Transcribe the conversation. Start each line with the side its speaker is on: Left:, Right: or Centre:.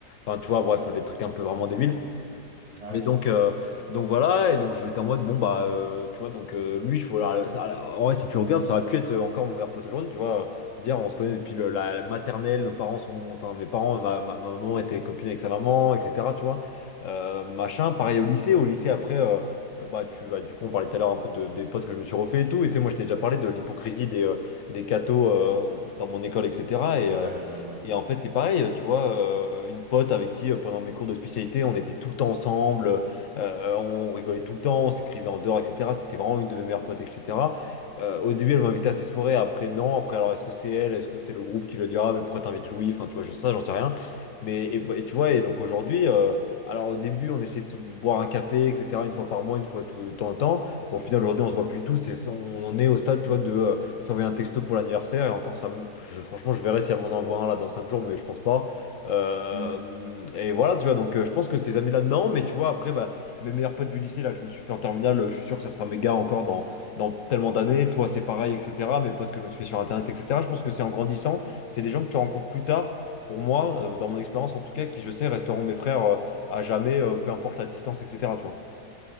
Left: Enfin, tu vois, bref, les trucs un peu vraiment débiles.
Right: Ouais.
Left: Mais donc, euh, donc voilà, et donc je vais en mode, bon bah, euh, tu vois, donc euh, lui, je, voilà, ça- en vrai, si tu regardes, ça aurait pu être encore mon meilleur pote aujourd'hui, tu vois, euh, dire, on se connaît depuis le- la, la maternelle, nos parents sont, enfin, mes parents, ma, ma- ma maman était copine avec sa maman, etc., tu vois, Euh, machin, pareil au lycée, au lycée après, euh, euh, bah, tu, bah, du coup, on parlait tout à l'heure un peu de, des potes que je me suis refait et tout, et tu sais, moi, je t'ai déjà parlé de l'hypocrisie des, euh, des cathos euh, dans mon école, etc.,
Right: Ouais.
Left: et, euh,
Right: Ouais.
Left: et en fait, c'est pareil, tu vois, euh, une pote avec qui, euh, pendant mes cours de spécialité, on était tout le temps ensemble, euh, on rigolait tout le temps, on s'écrivait en dehors, etc. C'était vraiment une de mes meilleures potes, etc. Euh, au début, elle m'invitait à ses soirées, après, non. Après, alors, est-ce que c'est elle? Est-ce que c'est le groupe qui le dira? Mais pourquoi t'invites Louis? Enfin, tu vois, je, ça, j'en sais rien. Mais, et, et tu vois, et donc aujourd'hui, euh, alors au début, on essayait de se boire un café, etc., une fois par mois, une fois tout, de temps en temps. Au final, aujourd'hui, on se voit plus tous, on en est au stade, tu vois, de. euh, s'envoyer un texto pour l'anniversaire et encore ça me- je- franchement je verrai si elle m'en envoie un là dans cinq jours mais je pense pas Euh,
Right: Hmm.
Left: et voilà tu vois donc euh, je pense que ces amis là non mais tu vois après bah, mes meilleurs potes du lycée là que je me suis fait en terminale euh, je suis sûr que ça sera mes gars encore dans, dans tellement d'années toi c'est pareil etc mes potes que je me suis fait sur internet etc je pense que c'est en grandissant c'est les gens que tu rencontres plus tard pour moi euh, dans mon expérience en tout cas qui je sais resteront mes frères euh, à jamais euh, peu importe la distance etc tu vois